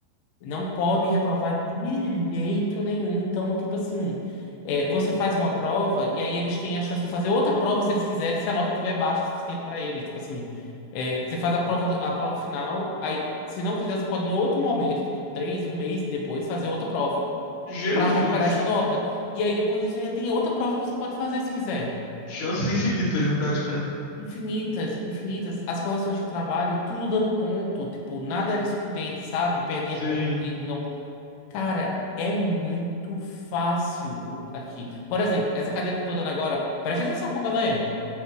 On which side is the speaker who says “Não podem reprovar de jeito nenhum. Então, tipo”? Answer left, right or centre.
Left